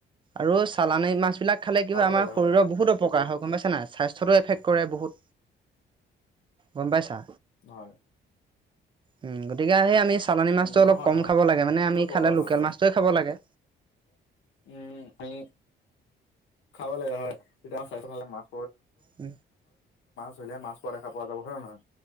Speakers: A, on the right; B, on the left.
A: আৰু চালানী মাছ এইবিলাক খালে কি
B: খাব
A: হয় আমাৰ
B: লাগে
A: শৰীৰৰ
B: হয়
A: বহুত অপকাৰ হয় গম পাইছা নাই স্বাস্থ্যটো এফেক্ট কৰে বহুত, গম পাইছা।
B: হয়।
A: উম গতিকে আৰু সেই আমি চালানী মাছটো
B: উম নহয়
A: অলপ কম
B: নহয়
A: খাব লাগে মানে
B: সকলো
A: আমি
B: প্ৰকাৰ
A: খালে
B: হয়
A: লোকেল
B: হয়
A: মাছটোৱে খাব লাগে।
B: উম, আমি খাব লাগে হয় তেতিয়া <unintelligible> মাছ
A: উম
B: ধৰিলেহে মাছ পোৱা দেখা পোৱা যাব হয়নে নহয়।